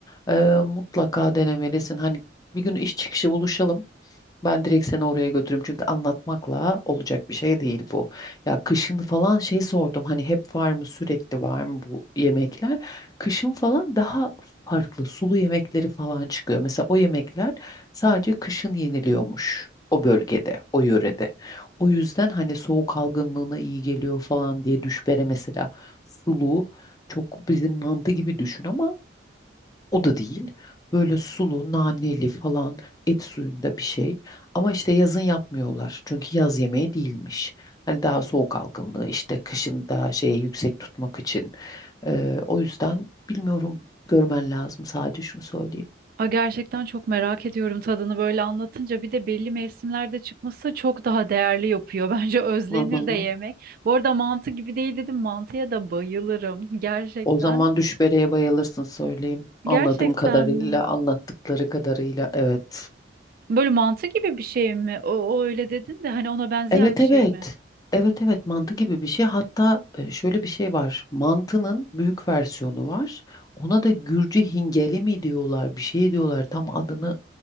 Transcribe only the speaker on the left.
e, mutlaka denemelisin. Hani bir gün iş çıkışı buluşalım ben direkt seni oraya götürürüm çünkü anlatmakla olacak bir şey değil bu. Ya kışın falan şey sordum hani hep var mı sürekli var mı bu yemekler? Kışın falan daha farklı sulu yemekleri falan çıkıyor. Mesela o yemekler sadece kışın yeniliyormuş o bölgede, o yörede. O yüzden hani soğuk algınlığına iyi geliyor falan diye düşbere mesela sulu çok bizim mantı gibi düşün ama o da değil. Böyle sulu, naneli falan et suyunda bir şey. Ama işte yazın yapmıyorlar. Çünkü yaz yemeği değilmiş. Hani daha soğuk algınlığı işte kışın daha şeyi yüksek tutmak için. Ee, o yüzden bilmiyorum görmen lazım. Sadece şunu söyleyeyim.
Hı hı.
O zaman düşbereye bayılırsın söyleyeyim. Anladığım
kadarıyla,
anlattıkları kadarıyla evet.
Evet
evet.
Evet evet mantı gibi bir şey. Hatta e, şöyle bir şey var. Mantının büyük versiyonu var. Ona da Gürcü hingeli mi diyorlar, bir şey diyorlar. Tam adını